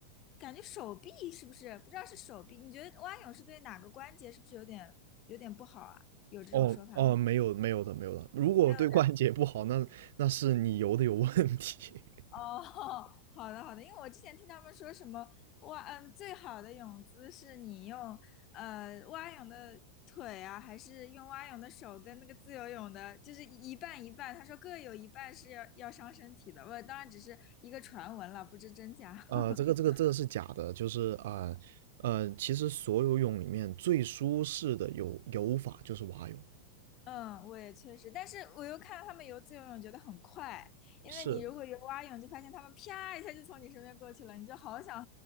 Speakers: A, on the left; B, on the right.
A: 感觉手臂是不是不知道是手臂？你觉得蛙泳是对哪个关节是不是有点有点不好啊？有这种说法？
B: 哦哦，没有没有的没有的，如果对关节不好，
A: 没有
B: 那那是你游的有问题。<laughs>
A: 哦，<laughs> 好的好的，因为我之前听他们说什么蛙，嗯，最好的泳姿是你用呃蛙泳的腿啊，还是用蛙泳的手跟那个自由泳的，就是一半一半。他说各有一半是要要伤身体的，我当然只是一个传闻了，不知真假。<laughs>
B: 呃，这个这个这个是假的，就是啊呃，呃其实所有泳里面最舒适的游游法就是蛙泳，
A: 嗯，我也确实，但是我又看到他们游自由泳，觉得很快，因为你如果游蛙泳，
B: 是
A: 就发现他们啪一下就从你身边过去了，你就好想